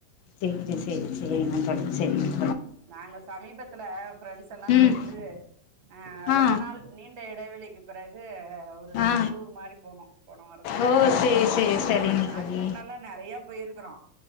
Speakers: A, on the left; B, on the right.
A: சேரி சேரி சேரிங்க தோழி சேரிங்க
B: நாங்க சமீபத்துல ஃப்ரெண்ட்ஸ் எல்லா
A: ம்
B: சேந்து அ ரொம்ப
A: ஆ
B: நாள் நீண்ட இடைவெளிக்கு பிறகு அ
A: ஆ
B: டூர் மாரி போனோ போனவாரத்துல
A: ஓ சரி சரி சரிங்க
B: அதுக்கு
A: தோழி
B: முன்னாலா நெறயா போய்ருக்குறோ